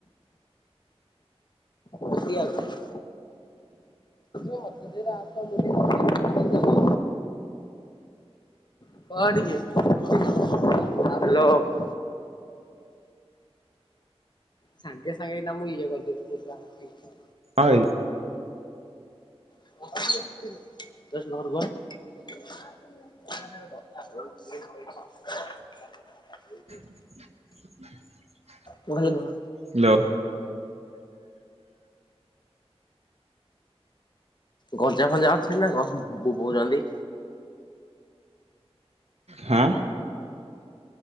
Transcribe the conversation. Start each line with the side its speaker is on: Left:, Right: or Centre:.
Left: ପଦିଆକୁ। <unintelligible> ହ୍ୟାଲୋ। ସାଙ୍ଗେ ସାଙ୍ଗେ ଏଇନା ମୁଁ ଇଏ କରିଦେବି ସେଟା ଏଟା।
Right: ଐ
Left: <unintelligible> ଦଶନ୍ ଘରୁକୁ ଆଁ। <inaudible>
Right: <inaudible>
Left: ମୁ କାଲି ଘ
Right: ହାଲୋ।
Left: ଗଞ୍ଜା ଫଞ୍ଜା ଅଛନ୍ତି ନା କଣ ବୋବଉଚନ୍ତି?
Right: ହା